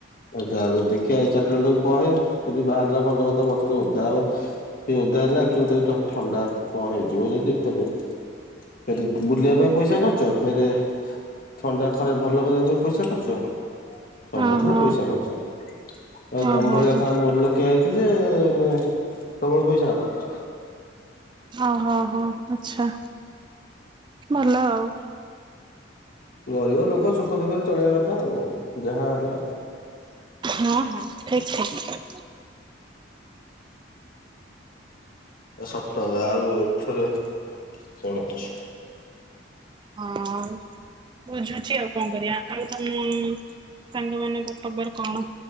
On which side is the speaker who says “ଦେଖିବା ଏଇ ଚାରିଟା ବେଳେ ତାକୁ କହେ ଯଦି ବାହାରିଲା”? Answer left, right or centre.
Left